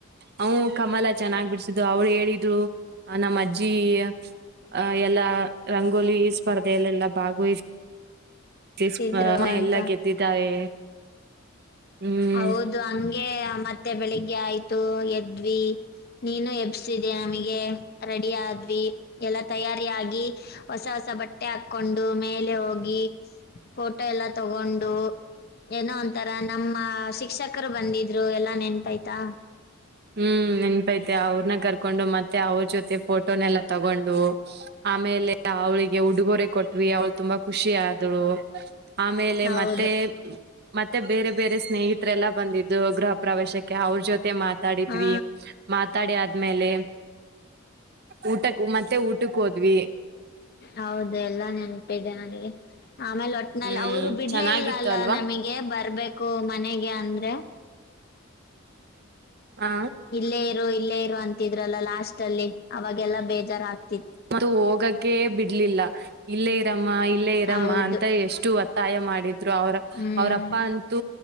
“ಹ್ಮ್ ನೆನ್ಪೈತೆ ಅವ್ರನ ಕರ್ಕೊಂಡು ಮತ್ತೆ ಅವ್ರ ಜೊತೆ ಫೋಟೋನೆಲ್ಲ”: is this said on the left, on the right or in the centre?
Right